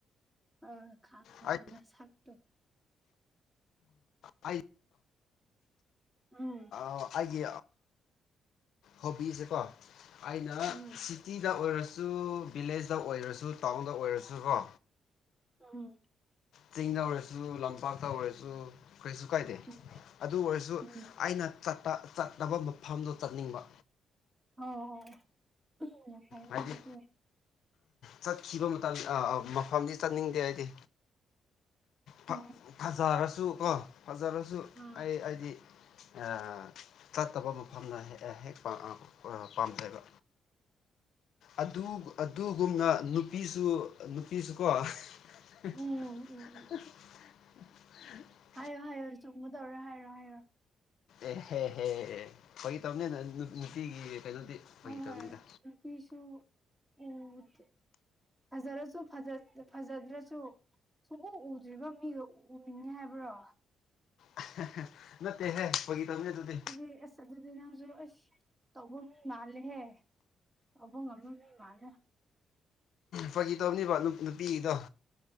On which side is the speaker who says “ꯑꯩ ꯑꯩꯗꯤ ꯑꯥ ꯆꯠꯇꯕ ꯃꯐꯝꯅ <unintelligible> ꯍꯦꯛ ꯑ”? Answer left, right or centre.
Left